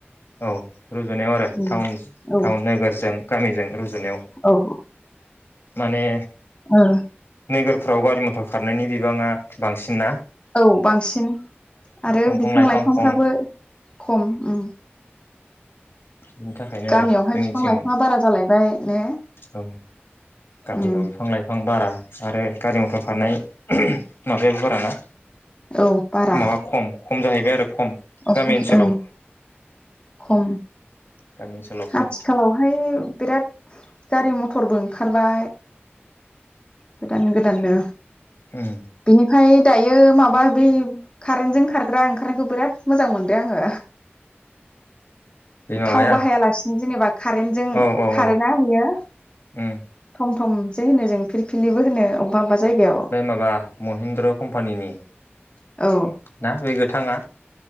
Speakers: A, on the left (about 65°); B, on the left (about 25°).
A: औ रुजुनायाव आरो
B: उम
A: टाउन
B: औ
A: टाउन नोगोरजों गामिजों रुजुनायाव
B: औ
A: माने
B: औ
A: नोगोरफ्राव गारि मथर खारनायनि बिबाङा बांसिन ना
B: औ बांसिन आरो
A: दंफां
B: बिफां
A: लाइफां
B: लाइफांफ्राबो
A: खम
B: खम उम।
A: बिनि थाखायनो
B: गामियावहाय
A: आरो जोंनिथिं
B: बिफां लाइफाङा बारा जालायबाय ने
A: औ गामियाव
B: उम
A: बिफां लाइफां बारा। ओमफ्राय गारि मथर खारनाय माबायाबो बाराना?
B: औ बारा
A: माबा खम खम जाहैबाय आरो खम
B: अ
A: गामि
B: सं
A: ओनसोलाव
B: उम खम।
A: गामि ओनसोलाव खम
B: आथिखालावहाय बिराद गारि मथरबो ओंखारबाय गोदान गोदाननो
A: उम
B: बिनिफ्राय दायो माबा बेै खारेनटजों खारग्रा ओंखारनायखौ बिराद मोजां मोनदों आङो।
A: बे माबाया
B: थाव बाहायालासिनो जेनेबा कारेन्टजों
A: औ औ
B: कारेन्टा
A: औ
B: बेयो
A: उम
B: थम जे होनो जों। फिरफिलिबो होनो अबेबा अबेबा जायगायाव
A: बे माबा महिन्द्र कम्पानिनि
B: औ।
A: ना बे गोथाङा